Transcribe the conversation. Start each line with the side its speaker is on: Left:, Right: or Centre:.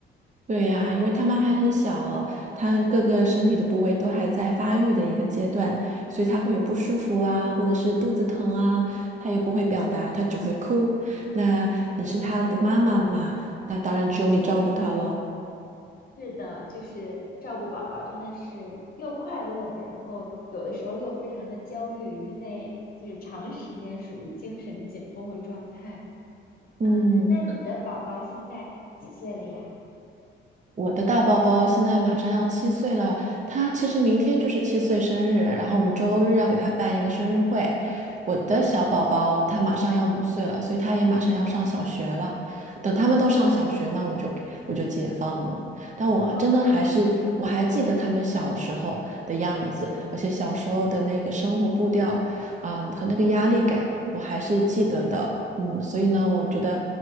Right: 对呀，因为他们还很小，他各个身体的部位都还在发育的一个阶段，所以他会有不舒服啊，或者是肚子疼啊，他也不会表达，他只会哭。那你是他的妈妈嘛？
Left: 嗯。
Right: 那当然只有你照顾他喽，
Left: 是的，就是照顾宝宝真的是又快乐，然后有的时候又非常的焦虑，因为就是长时间属于精神紧绷的状态。嗯，
Right: 嗯。
Left: 那你的宝宝现在几岁了呀？
Right: 我的大宝宝现在马上要七岁了，他其实明天就是七岁生日，然后我们周日要给他办一个生日会。我的小宝宝他马上要五岁了，
Left: 啊，哦
Right: 所以他也马上要上小学了。等他们都上小学，
Left: 哇哦
Right: 那我就我就解放了。但我真的还是我还记得他们小时候的样子，
Left: 哇哦
Right: 而且小时候的那个生活步调啊，和那个压力感，我还是记得的。嗯，所以呢，
Left: 嗯，
Right: 我觉得，